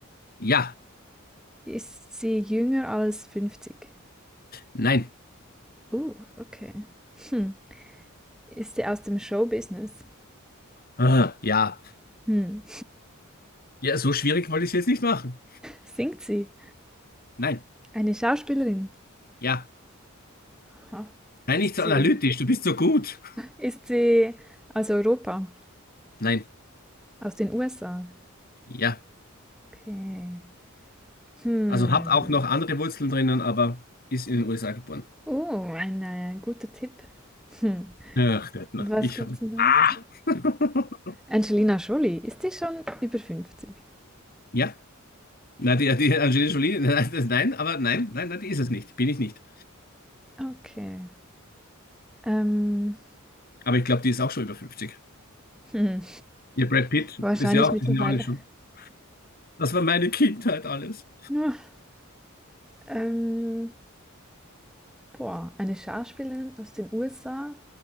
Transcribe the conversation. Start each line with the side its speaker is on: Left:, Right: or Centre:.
Left: Ja,
Centre: Ist sie jünger als 50?
Left: nein,
Centre: Uh, okay. Hm. Ist sie aus dem Showbusiness?
Left: ah, ja.
Centre: Hm.
Left: Ja, so schwierig wollte ich es jetzt nicht machen.
Centre: <laughs> Singt sie?
Left: Nein,
Centre: Eine Schauspielerin?
Left: ja.
Centre: Aha.
Left: Nein,
Centre: Ist
Left: nicht so
Centre: sie,
Left: analytisch, du bist so gut.
Centre: ist sie aus Europa?
Left: Nein,
Centre: Aus den USA?
Left: ja.
Centre: Okay. Hm.
Left: Also hat auch noch andere Wurzeln drinnen, aber ist in den USA geboren.
Centre: Oh, ein äh, guter Tipp. Hm.
Left: Ach Gott, na,
Centre: Was
Left: ich
Centre: gibt's
Left: habe...
Centre: denn da
Left: Ah!
Centre: noch?
Left: <laughs>
Centre: Angelina Jolie, ist die schon über fünfzig?
Left: Ja. Na, die, die Angelina Jolie, <laughs> nein, das, nein, aber nein, nein, nein, die ist es nicht. Bin ich nicht.
Centre: Okay. Ähm,
Left: Aber ich glaube, die ist auch schon über fünfzig.
Centre: hm.
Left: Ihr Brad Pitt
Centre: Wahrscheinlich
Left: ist ja auch,
Centre: mittlerweile.
Left: die sind ja alle schon. Das war meine Kindheit alles.
Centre: <laughs> Ähm, boah, eine Schauspielerin aus den USA,